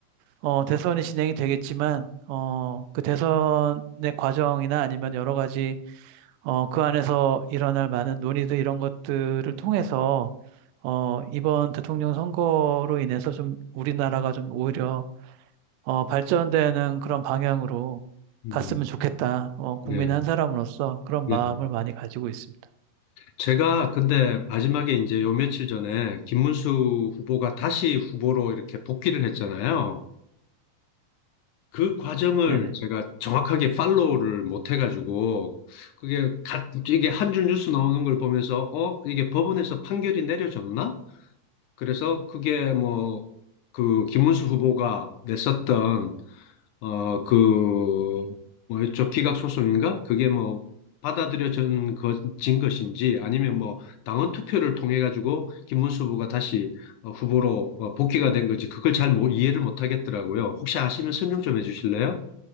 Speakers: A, on the right; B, on the left.
A: 어, 대선이 진행이 되겠지만 어, 그 대선의 과정이나 아니면 여러 가지 어, 그 안에서 일어날 많은 논의들 이런 것들을 통해서 어, 이번 대통령 선거로 인해서 좀 우리나라가 좀 오히려 어, 발전되는 그런 방향으로
B: 음,
A: 갔으면 좋겠다. 어, 국민
B: 예,
A: 한 사람으로서 그런
B: 예.
A: 마음을 많이 가지고 있습니다.
B: 제가 근데 마지막에 이제 요 며칠 전에 김문수 후보가 다시 후보로 이렇게 복귀를 했잖아요. 그 과정을
A: 네네.
B: 제가 정확하게 팔로우를 못 해가지고 그게 갓- 이게 한 줄 뉴스 나오는 걸 보면서 어 이게 법원에서 판결이 내려졌나? 그래서 그게 뭐 그 김문수 후보가 냈었던 어 그 뭐였죠 기각 소송인가? 그게 뭐 받아들여진 것, 진 것인지 아니면 뭐 당원 투표를 통해 가지고 김문수 후보가 다시 어, 후보로 어, 복귀가 된 건지 그걸 잘 모- 이해를 못 하겠더라고요. 혹시 아시면 설명 좀 해주실래요?